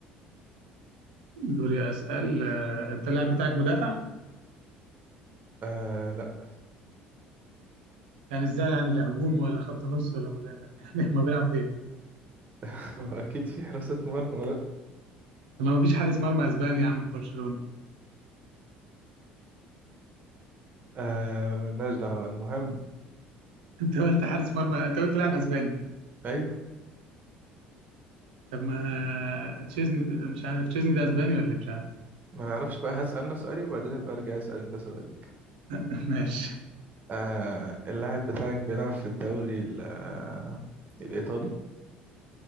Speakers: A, on the right; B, on the right.
A: دوري اسال آه... انت اللاعب بتاعك مدافع؟
B: آه لا
A: يعني ازاي يعني لا هجوم ولا خط نص ولا مدافع <laughs> يعني ما بيلعب فين؟
B: <laughs> ما هو اكيد في حراسة مرمى
A: طب ما فيش حارس مرمى اسباني يا عم في برشلونه
B: آه مالناش دعوة المهم
A: <laughs> انت قلت حارس مرمى انت قلت لاعب اسباني
B: أيوه
A: طب ما تشيزني مش عارف تشيزني ده اسباني ولا إيه؟ مش عارف
B: ما نعرفش بقى هسأل أنا سؤالي وبعدين أبقى أرجع أسأل أنت سؤالك
A: <laughs> ماشي
B: آه اللاعب بتاعك بيلعب في الدوري ال- آه، الإيطالي